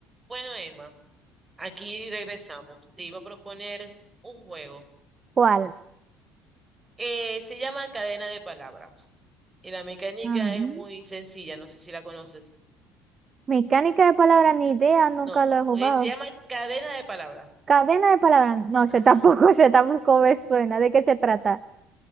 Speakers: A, on the right; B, on the right.
A: Bueno, Emma, aquí regresamos. Te iba a proponer un juego.
B: ¿Cuál?
A: Eh, se llama Cadena de Palabras. Y la mecánica
B: Ujú.
A: es muy sencilla, no sé si la conoces.
B: Mecánica de palabras, ni idea, nunca
A: No,
B: lo he
A: co-
B: jugado.
A: eh, se llama Cadena de Palabras.
B: Cadena de palabras, no
A: Ajá.
B: sé tampoco, <laughs> sé tampoco me suena. ¿De qué se trata?